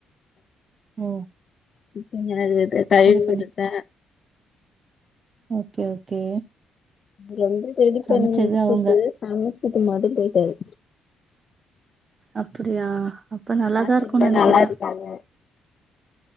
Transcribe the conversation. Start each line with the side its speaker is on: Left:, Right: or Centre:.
Right: ம்
Left: சிக்கன்ன இது கழவி
Right: பண்ணி
Left: குடுத்தே
Right: ஓகே ஓகே
Left: ரெண்டு ரெடி பண்ணி
Right: சமச்சது
Left: குடுத்துட்டு
Right: அவுங்க
Left: <unintelligible> போயிட்டாரு
Right: அப்படியா அப்ப நல்லாதா
Left: சாப்டுட்டு
Right: இருக்கூ நெனைக்குறே
Left: நல்லா இருக்காங்க